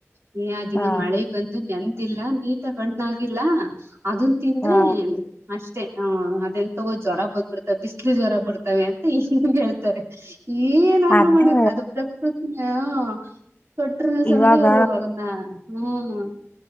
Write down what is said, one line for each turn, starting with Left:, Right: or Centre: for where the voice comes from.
Right: ನೀ ಆ ದಿನ
Left: ಹಾ
Right: ಮಳೆ ಬಂದು ನೆನ್ <inaudible> ನೀಟ ಹಣ್ಣಾ ಿಲ್ಲಾ ಅದನ್ ತಿಂದ್ರೆ
Left: ಹಾ
Right: ಅಷ್ಟ <inaudible> ಅದೆಂತವೊ ಜ್ವರ ಬಂದ್ಬರ್ತವೆ ಬಿಸ್ಲು ಜ್ವರ ಬರ್ತಾವೆ ಹ ಹೇಳ್ತಾರೆ ಏನಾದ್ರು
Left: ಅದೇ
Right: ಮಾಡಕ್ ಅದು ಪ್ರಕೃತಿ ಹಾಹಾ ಕೊಟ್ರ ಸಮಯತಿ
Left: ಇವಾಗ
Right: ಇವರು ಅದನ್ನ ಹ್ಮ್